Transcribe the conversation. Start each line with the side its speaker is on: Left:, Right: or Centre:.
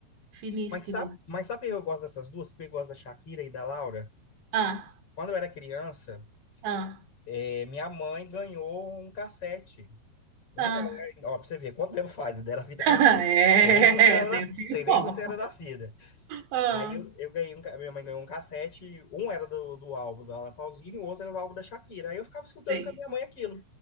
Right: Finíssimo.
Left: Mas sabe, mas sabe por que eu gosto dessas duas? Porque eu gosto da Shakira e da Laura.
Right: Ah,
Left: Quando eu era criança,
Right: ah,
Left: eh, minha mãe ganhou um cassete. Um,
Right: ah.
Left: ca- ó, pra você ver, quanto tempo faz? Dela vida
Right: <laughs>
Left: cassete.
Right: É,
Left: Sei nem se você era,
Right: tem
Left: na-
Right: um fio
Left: sei nem
Right: bom.
Left: se você era nascida.
Right: Ah,
Left: Aí eu, eu ganhei, um ca- minha mãe ganhou um cassete, um era do, do álbum da Laura Pausini, o outro era do álbum da Shakira. Aí eu ficava escutando
Right: sei.
Left: com a minha mãe aquilo.